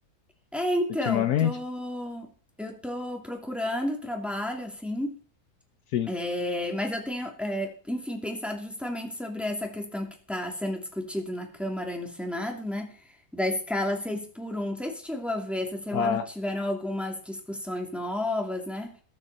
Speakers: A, in the centre; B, on the left.
A: É, então,
B: ultimamente?
A: tô... eu tô procurando trabalho, assim,
B: Sim.
A: é, mas eu tenho, é, enfim, pensado justamente sobre essa questão que está sendo discutida na Câmara e no Senado, né? Da escala 6 por um. Não sei se chegou a ver, essa semana
B: Ah,
A: tiveram algumas discussões novas, né?